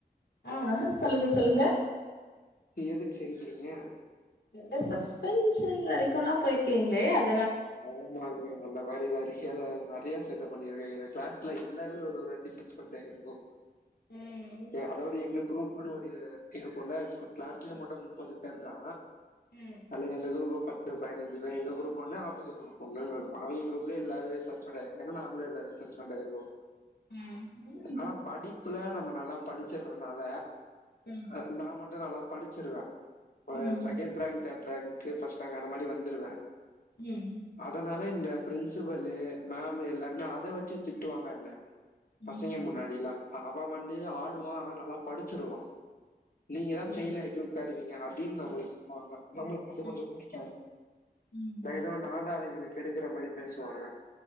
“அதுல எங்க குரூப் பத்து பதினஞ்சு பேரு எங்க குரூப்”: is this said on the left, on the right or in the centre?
Left